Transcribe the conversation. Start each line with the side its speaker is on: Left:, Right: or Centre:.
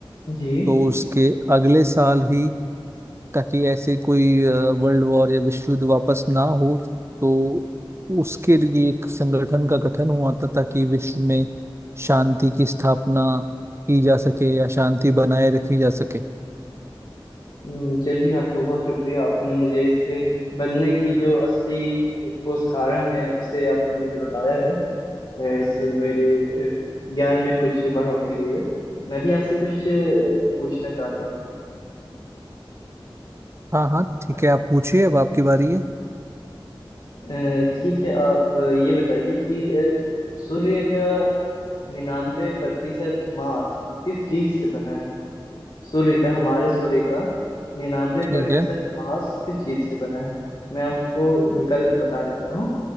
Left: जी
Right: तो उसके अगले साल ही ताकि ऐसे कोई वर्ल्ड वॉर या विश्व युद्ध वापस ना हो तो उसके लिए एक संगठन का गठन हुआ था ताकि विश्व में शांति की स्थापना की जा सके या शांति बनाए रखी जा सके
Left: हम्म, चलिए आपका बहुत शुक्रिया आपने मुझे इसके बनने की जो असली ठोस कारण है उसे आपने मुझे बताया है अ, इससे मेरे अ, ज्ञान में कुछ बढ़ोतरी हुई है मैं भी आपसे कुछ अ, पूछना चाहता हूँ
Right: हाँ हाँ ठीक
Left: अ,
Right: है आप पूछिए अब आपकी बारी है
Left: अ, ठीक है आप ये बताइए कि अ, सूर्य का निन्यानवे प्रतिशत मास किस चीज से बना है सूर्य का हमारे सूर्य का निन्यानवे
Right: ठीक
Left: प्रतिशत
Right: है
Left: मास किस चीज से बना है मैं आपको विकल्प बता देता हूँ